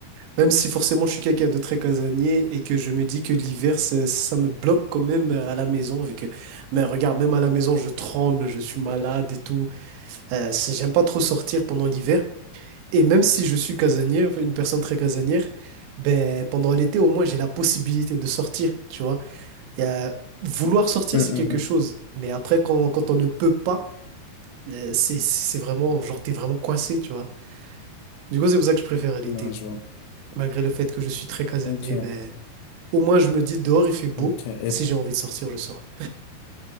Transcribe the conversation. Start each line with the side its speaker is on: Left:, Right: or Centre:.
Right: Même si forcément je suis quelqu'un de très casanier et que je me dis que l'hiver, ça, ça me bloque quand même euh, à la maison, vu que, mais regarde, même à la maison, je tremble, je suis malade et tout. Euh, c'est- j'aime pas trop sortir pendant l'hiver. Et même si je suis casanier, enfin, une personne très casanière, ben, pendant l'été, au moins, j'ai la possibilité de sortir, tu vois. Et, euh, vouloir sortir,
Left: Hum,
Right: c'est
Left: hum,
Right: quelque
Left: hum.
Right: chose. Mais après, quand, quand on ne peut pas, euh, c'est, c'est vraiment, genre, t'es vraiment coincé, tu vois. Du coup, c'est pour ça que je préfère l'été.
Left: Non, je vois.
Right: Malgré le fait que je suis très casanier,
Left: Ok,
Right: mais au moins je me dis dehors il fait beau.
Left: ok. Et-
Right: Si j'ai envie de sortir, je sors.